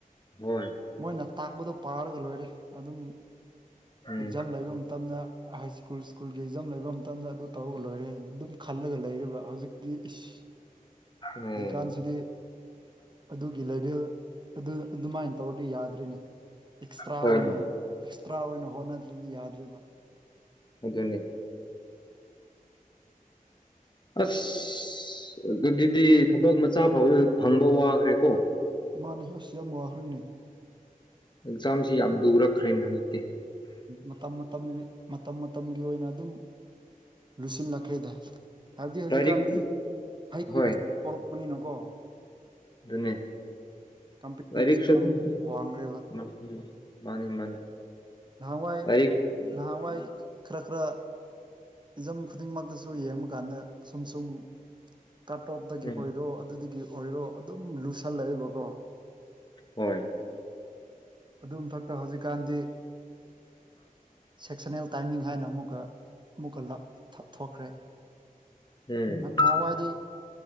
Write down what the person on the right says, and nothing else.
ꯃꯣꯏꯅ ꯇꯥꯛꯄꯗꯣ ꯄꯥꯔꯒ ꯂꯣꯏꯔꯦ ꯑꯗꯨꯝ
ꯑꯦꯛꯖꯥꯝ ꯂꯩꯕ ꯃꯇꯝꯗ ꯍꯥꯏ ꯁ꯭ꯀꯨꯜ ꯁ꯭ꯀꯨꯜ ꯖꯝ ꯂꯩꯕ ꯃꯇꯝꯗ ꯑꯗꯨ ꯇꯧꯔꯒ ꯂꯣꯏꯔꯦ ꯑꯗꯨꯝ ꯈꯜꯂꯒ ꯂꯩꯔꯤꯕ ꯍꯧꯖꯤꯛꯇꯤ ꯏꯁ
ꯍꯧꯖꯤꯛꯀꯥꯟꯁꯤꯗꯤ ꯑꯗꯨꯒꯤ ꯂꯦꯚꯦꯜ ꯑꯗꯨ ꯑꯗꯨꯃꯥꯏꯅ ꯇꯧꯔꯗꯤ ꯌꯥꯗ꯭ꯔꯤꯅꯦ ꯑꯦꯛꯁꯇ꯭ꯔꯥ
ꯑꯣꯏꯅ ꯑꯦꯛꯁꯇ꯭ꯔꯥ ꯑꯣꯏꯅ ꯍꯣꯠꯅꯗ꯭ꯔꯗꯤ ꯌꯥꯗ꯭ꯔꯤꯕ
ꯃꯥꯥꯟꯅꯦ ꯑꯁ ꯌꯥꯝ ꯋꯥꯈ꯭ꯔꯔꯤꯅꯦ
ꯃꯇꯝ ꯃꯇꯝꯒꯤ ꯃꯇꯝ ꯃꯇꯝꯒꯤ ꯑꯣꯏꯅ ꯑꯗꯨꯝ ꯂꯨꯁꯤꯜꯂꯛꯈ꯭ꯔꯦꯗ ꯍꯥꯏꯕꯗꯤ ꯍꯧꯖꯤꯛꯀꯥꯟꯗꯤ
ꯍꯩ <unintelligible>
ꯍꯧꯖꯤꯛ ꯍꯧꯔꯛꯄꯅꯤꯅꯀꯣ
ꯀꯝꯄꯤꯇꯤꯞꯁ
ꯌꯥꯝ ꯋꯥꯡꯈ꯭ꯔꯦꯕ
ꯅꯍꯥꯟꯋꯥꯏ
ꯅꯍꯥꯟꯋꯥꯏ ꯈꯔ ꯈꯔ ꯏꯟꯖꯝ ꯈꯨꯗꯤꯡꯃꯛꯇꯁꯨ ꯌꯦꯡꯕ ꯀꯥꯟꯗ ꯁꯨꯝ ꯁꯨꯝ ꯀꯠ ꯑꯣꯞꯇꯒꯤ
ꯑꯣꯏꯔꯣ ꯑꯗꯨꯗꯒꯤ ꯑꯣꯏꯔꯣ ꯑꯗꯨꯝ ꯂꯨꯁꯜꯂꯛꯑꯦꯕꯀꯣ
ꯑꯗꯨꯝ ꯃꯊꯛꯇ ꯍꯧꯖꯤꯛꯀꯥꯟꯗꯤ ꯁꯦꯛꯁꯟꯅꯜ ꯇꯥꯏꯃꯤꯡ ꯍꯥꯏꯅ ꯑꯃꯨꯛꯀ ꯑꯃꯨꯛꯀ ꯊꯣꯛꯈ꯭ꯔꯦ
ꯅꯥꯍꯥꯋꯥꯏꯗꯤ